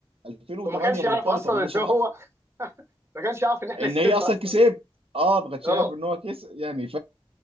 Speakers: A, on the right (about 70°); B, on the right (about 25°).
A: 2008
B: وما كانش
A: مرتبطه
B: يعرف اصلا
A: بان
B: ان
A: صح...
B: هو <laughs> ما كانش يعرف ان احنا
A: ان
B: كسبنا
A: هي اصلا
B: اصلا
A: كسب اه ما كانش
B: اه
A: يعرف ان هو كسب يعني